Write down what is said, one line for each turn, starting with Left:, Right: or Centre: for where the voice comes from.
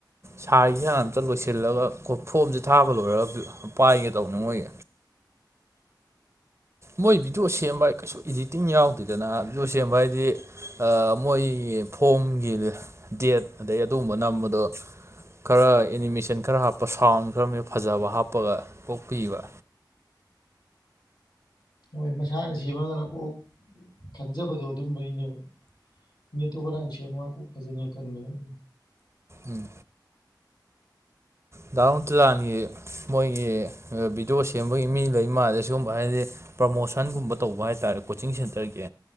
Right: ꯁꯥꯒꯤꯁꯤ ꯑꯝꯇ ꯂꯣꯏꯁꯤꯜꯂꯒ ꯐꯣꯝꯁꯦ ꯊꯥꯕ ꯂꯣꯏꯔꯒ ꯄꯥꯏ ꯂꯥꯎꯅꯉꯏ ꯃꯣꯏ ꯚꯤꯗꯤꯑꯣ ꯁꯦꯝꯕ ꯀꯩꯁꯨ ꯏꯗꯤꯇꯤꯡ ꯌꯥꯎꯗꯣꯏꯗꯅ ꯚꯤꯗꯤꯑꯣ ꯁꯦꯝꯕ ꯍꯥꯏꯗꯤ ꯃꯣꯏ ꯐꯣꯝꯒꯤ ꯗꯦꯠ ꯑꯗꯩ ꯑꯗꯨꯒꯨꯝꯕ ꯅꯝꯕꯗꯣ ꯈꯔ ꯑꯦꯅꯤꯃꯦꯁꯟ ꯈꯔ ꯍꯥꯞꯄ ꯁꯥꯎꯟ ꯈꯔꯅ ꯐꯖꯕ ꯍꯥꯞꯄꯒ ꯀꯣꯛꯄꯤꯕ
Left: <inaudible> ꯍꯣꯏ ꯃꯁꯥꯅ ꯁꯦꯝꯃꯒꯅ ꯀꯣꯛ ꯈꯟꯖꯕꯗꯣ ꯑꯗꯨꯝꯕꯒꯤꯅꯦꯕ ꯃꯤꯇꯣ ꯉꯔꯥꯡꯁꯦ ꯃꯥꯀ ꯐꯖꯅꯤ ꯀꯟꯕꯔꯅꯤ
Right: ꯎꯝ ꯗꯥꯎꯟ ꯇꯨ ꯂꯥꯟꯒꯤ ꯃꯣꯏꯒꯤ ꯚꯤꯗꯤꯑꯣ ꯁꯦꯝꯕꯒꯤ ꯃꯤ ꯂꯩ ꯃꯥꯜꯂꯦ ꯁꯤꯒꯨꯝꯕ ꯍꯥꯏꯔꯗꯤ ꯄ꯭ꯔꯃꯣꯁꯟꯒꯨꯝꯕ ꯇꯧꯕ ꯍꯥꯏꯇꯥꯔꯦ ꯀꯣꯆꯤꯡ ꯁꯦꯟꯇꯔꯒꯤ